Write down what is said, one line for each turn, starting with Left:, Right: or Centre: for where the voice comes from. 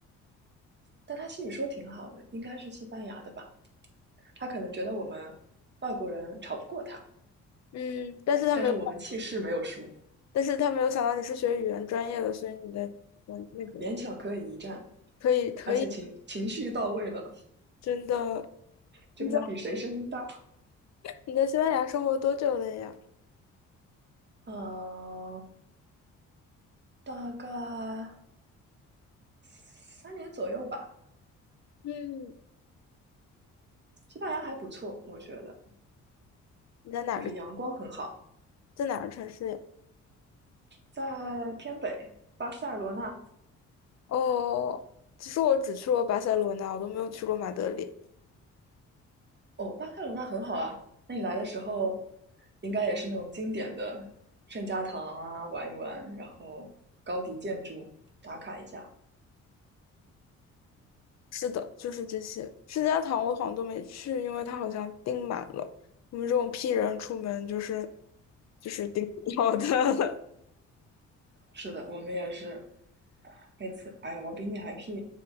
Right: 但他西语说挺好的，应该是西班牙的吧？他可能觉得我们外国人吵不过他，
Left: 嗯，但是他没有，
Right: 但是我们气势没有输，
Left: 但是他没有想到你是学语言专业的，所以你的我那个。
Right: 勉强可以一战，
Left: 可以，可以，
Right: 而且情情绪到位了，
Left: 真的。
Right: 就跟他比谁声音大。
Left: 你在你在西班牙生活多久了呀？
Right: 呃，大概三年左右吧。
Left: 嗯，
Right: 西班牙还不错，我觉得
Left: 你在哪个
Right: 就是阳光很好，
Left: 在哪个城市呀？
Right: 在偏北巴塞罗那
Left: 哦，其实我只去过巴塞罗那，我都没有去过马德里。
Right: 哦，巴塞罗那很好啊。那你来的时候，应该也是那种经典的圣家堂啊，玩一玩，然后高迪建筑打卡一下。
Left: 是的，就是这些。圣家堂我好像都没去，因为它好像订满了。我们这种 P 人出门就是就是订不到的。
Right: 是的，我们也是那次。哎呀，我比你还屁！